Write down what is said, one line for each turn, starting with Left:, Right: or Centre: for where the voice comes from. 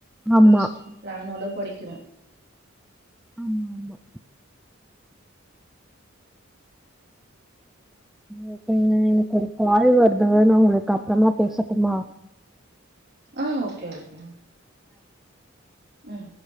Centre: ஆமா
Right: ஒரு பிளானோட படிக்கணு
Centre: ஆமாமா ஆ எனக்கு ஒரு கால் வருது நா உங்களுக்கு அப்பறமா பேசட்டுமா
Right: அ ஓகே ஓகே ம்